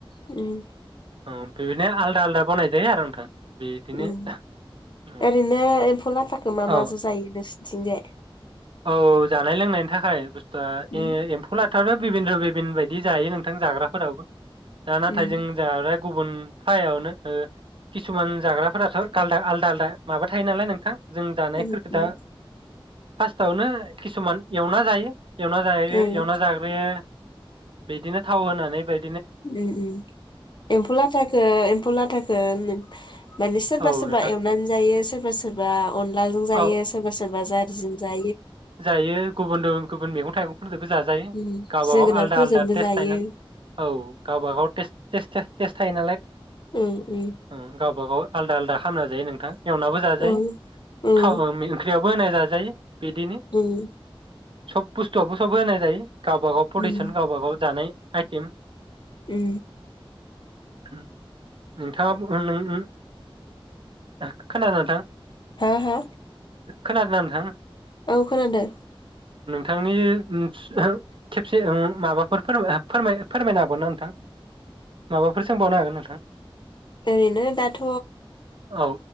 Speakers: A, on the left; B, on the right.
A: उम
B: अ बिदिनो आलदा आलदा बानाय जायोआरो नोंथां बिदिनो
A: ओं
B: औ
A: ओरैनो एम्फौ लाथााखौ मा
B: औ
A: माजों जायो नोंसोरथिंजाय
B: औ जानाय लोंनायनि थाखाय बुस्थुआ
A: उम
B: ए एम्फौ था बिबिनद्र बिबिन बायदि जायो नोंथां जाग्राफोरावबो दा नाथाय
A: उम
B: जों जाबाय गुबुन फ्रायावनो ओ किसुमान जाग्राफोराथ' आलदा आलदा आलदा माबा थायो नालाय नोंथां जों जानायफोरखो
A: उम
B: दा
A: उम
B: फार्स्टआवनो किसुमान एवना जायो। एवना जायो
A: उम
B: एवना जाग्रोयो बिदिनो थाव होनानै बाय
A: उम उम एम्फौ लाथाखौ एम्फौ लाथाखौ नो माने सोरबा
B: औ
A: सोरबा
B: नोंथां
A: एवनानै जायो सोरबा सोरबा अनलाजों जायो
B: औ
A: सोरबा सोरबा जारिजों जायो
B: जायो गुबुनद गुबुन गुबुन मेगं <unintelligible> जाजायो
A: उम
B: गावबा
A: जोगोनारफोरजोंबो
B: गाव आलदा आलदा टेस्ट
A: जायो
B: थायोना औ गावबागाव टेस्ट टेस्ट थायो नालाय
A: उम उम
B: ओ गावबा गाव आलदा आलदा खामना जायो नोंथां एवनाबो जाजायो
A: उम उम
B: थावबा ओंख्रियाव <unintelligible> जाजायो बिदिनो
A: उम
B: सब बुस्तुवाबो सब होनाय जायो। गावबाागाव पडिसन
A: उम
B: गावबा गाव जानाय आयथिम
A: उम
B: ओम नोंथाङा बुं ओम ओम ओ खोनादों नोंथां?
A: हा हा
B: खोनादोंना नोंथां?
A: औ खोनादों।
B: थांनि ओम खेबसे ओम माबाफोर फोर-फोर-फोरमायनो हागौ ना नोंथां माबाफोर सोंबावनो हागोन नोंथां?
A: ओरैनो दाथ'
B: औ